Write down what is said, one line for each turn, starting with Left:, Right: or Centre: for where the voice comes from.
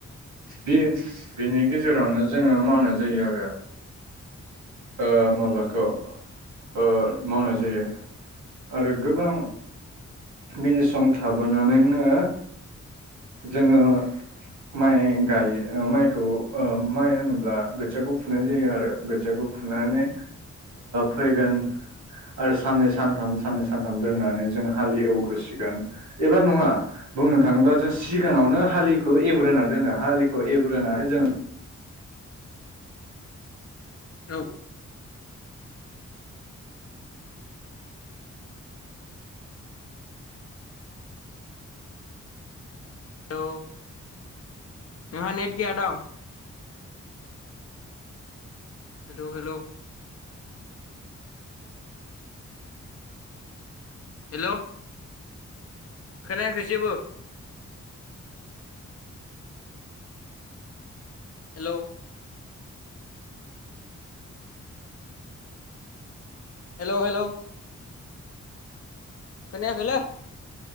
Right: बे बिनि गेजेरावनो जोङो मावनाय जायो आरो ओ माबाखौ ओ मावनाय जायो आरो गोबां गदि सम थाबोनानैनो जोङो माइ गायो माइखौ माइ होनोब्ला खोथियाखौ फुनाय जायो आरो फखौ फुनानै फैगोन आरो साननै सानथामसो साननै सानथाम दोननानै जों हाल एवग्रोसिगोन एबा नङा बुंनो थाङोबा जों सिगाङावनो हालिखौ एग्रोनानै दोनो हालिखौ एग्रोनानै जों
Left: औ लौ नोंहा नेट गैया दं हेल' हेल' हेल' खोनायाखै जेबो हेलौ हेलौ हेलौ खोनायाखैलै